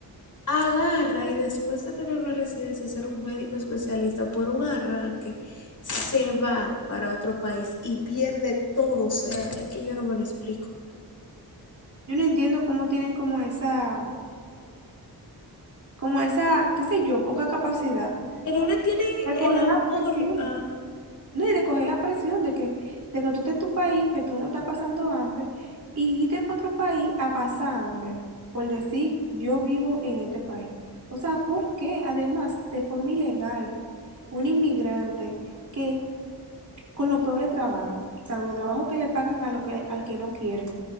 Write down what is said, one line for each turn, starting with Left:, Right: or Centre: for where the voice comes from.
Left: agarra y después de tener una residencia, ser un médico especialista por un arranque, se va para otro país y pierde todo. O sea, es que yo no me lo explico.
Right: Yo no entiendo cómo tienen como esa, como esa, qué sé yo, poca capacidad
Left: Que no le tienen
Right: de coger
Left: el amor
Right: la presión.
Left: a-
Right: No, y de coger la presión de que, de que tú estés en tu país, que tú no estás pasando hambre, y irte para otro país a pasar hambre, por decir, yo vivo en este país. O sea, ¿por qué? Además, de forma ilegal, un inmigrante que con los peores trabajos, o sea, los trabajos que le pagan a lo que, al que no quieren.